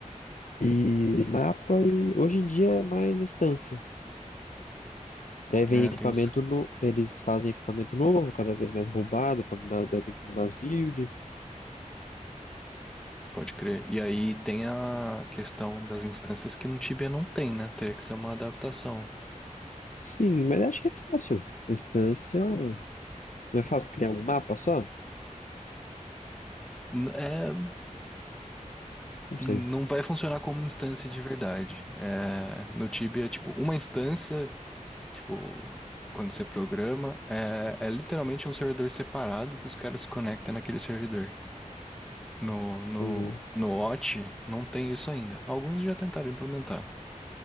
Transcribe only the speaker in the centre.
É,
tem os...
Pode crer. E aí tem a questão das instâncias que no Tibia não tem, né? Teria que ser uma adaptação.
N- É.
Não vai funcionar como instância de verdade. É, no Tibia, tipo, uma instância, tipo, quando você programa, é, é literalmente um servidor separado que os caras se conectam naquele servidor. No, no,
no Watch não tem isso ainda. Alguns já tentaram implementar.